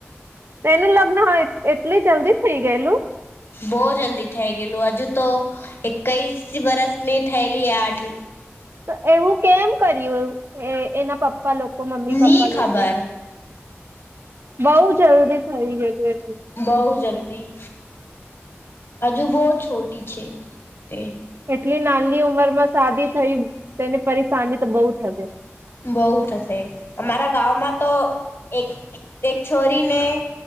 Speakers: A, on the right; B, on the left.
A: એનું લગ્ન હ એટલી જલ્દી થઈ, ગયેલુ
B: બહુ, જલ્દી થઇ લું, હજુ તો એકઈસ વરષની થયેલી આટ
A: તો એવુ, કેમ કર્યું એના પપ્પા લોકો મમ્મી
B: ની
A: પપ્પા
B: ખબર
A: લોકો બઉ, જલ્દી થઇ ગયુ
B: બહું જલ્દી હજુ બહુ છોટી છે, તે
A: એટલી નાની ઉંમરમા સાદીી થઈ, તેની પરેશાની તો બહુ થશે
B: બહ થશે અમારા ગામંમા તો એક-એક છોરીને